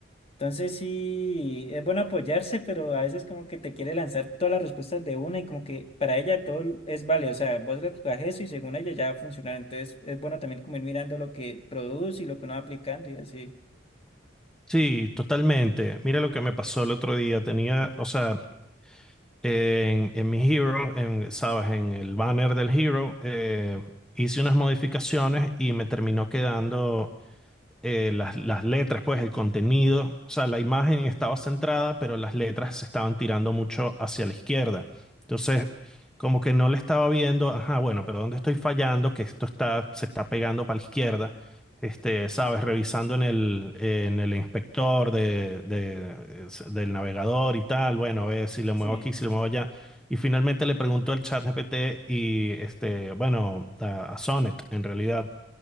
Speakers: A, on the left; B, in the centre.
A: Entonces sí, es bueno apoyarse, pero a veces como que te quiere lanzar todas las respuestas de una y como que para ella todo es válido. O sea, vos le colocas eso y según ella ya va a funcionar. Entonces es bueno también como ir mirando lo que produce y lo que uno va aplicando y así.
B: Sí, totalmente. Mira lo que me pasó el otro día. Tenía, o sea, en, en mi Hero, en, sabes, en el banner del Hero, eh, hice unas modificaciones y me terminó quedando eh, las, las letras, pues el contenido, o sea, la imagen estaba centrada, pero las letras se estaban tirando mucho hacia la izquierda. Entonces, como que no le estaba viendo, ajá, bueno, pero ¿dónde estoy fallando? Que esto está, se está pegando para la izquierda. Este, sabes, revisando en el, en el inspector de, de- es- del navegador y tal, bueno, a ver si lo
A: Sí,
B: muevo aquí, si lo muevo allá. Y finalmente le preguntó al chat GPT y, este, bueno, a a Sonnet, en realidad